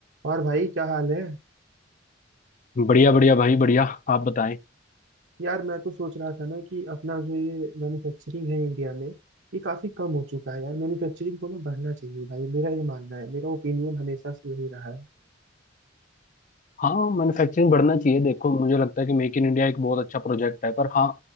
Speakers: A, on the right; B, on the left.
A: और भाई क्या हाल है
B: बढ़िया बढ़िया भाई बढ़िया आप बताएं
A: यार मैं तो सोच रहा था ना कि अपना जो ये मैन्युफैक्चरिंग है इंडिया में ये काफी कम हो चुका है यार मैन्युफैक्चरिंग को ना बढ़ना चाहिए भाई मेरा ये मानना है मेरा ओपिनियन हमेशा से यही रहा है
B: हाँ मैन्युफैक्चरिंग बढ़ना चाहिए देखो मुझे लगता है कि मेक इन इंडिया एक बहुत अच्छा प्रोजेक्ट है पर हाँ